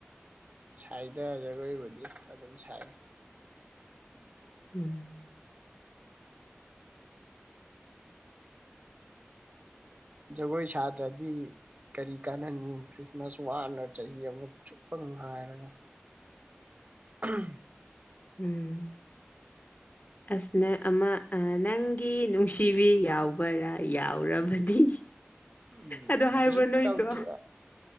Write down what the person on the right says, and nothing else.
ꯁꯥꯏꯗ ꯖꯒꯣꯏꯕꯨꯗꯤ ꯑꯗꯨꯝ ꯁꯥꯏ
ꯖꯒꯣꯏ ꯁꯥꯗ꯭ꯔꯗꯤ ꯀꯔꯤ ꯀꯥꯟꯅꯅꯤ ꯈ꯭ꯔꯤꯁꯃꯥꯁ ꯋꯥꯅ ꯆꯍꯤ ꯑꯃ ꯆꯨꯞꯄ ꯉ ꯍꯥꯏꯔꯒ ꯎꯝ
ꯎꯝ
ꯍꯧꯖꯤꯛ
ꯇꯧꯗ꯭ꯔꯤ